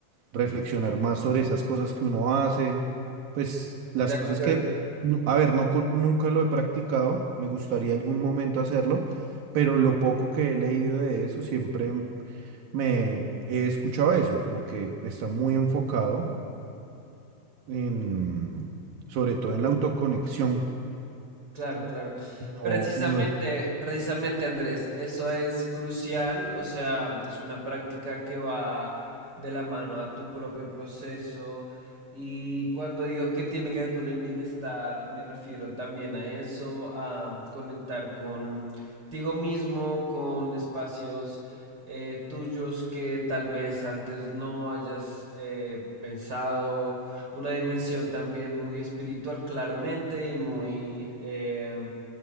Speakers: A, on the right; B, on the right.
A: reflexionar más sobre esas cosas que uno hace, pues las
B: de acuerdo.
A: cosas que, no- a ver, no con- nunca lo he practicado, me gustaría algún momento hacerlo, pero lo poco que he leído de eso siempre me he escuchado eso, como que está muy enfocado en, sobre todo en la autoconexión.
B: Claro, claro.
A: No,
B: Precisamente,
A: y no es-
B: precisamente Andrés, eso es crucial, o sea, es una práctica que va de la mano a tu propio proceso y cuando digo que tiene que ver con el bienestar, me refiero también a eso, a conectar contigo mismo, con espacios eh, tuyos que tal vez antes no hayas eh, pensado una dimensión también muy espiritual claramente y muy eh,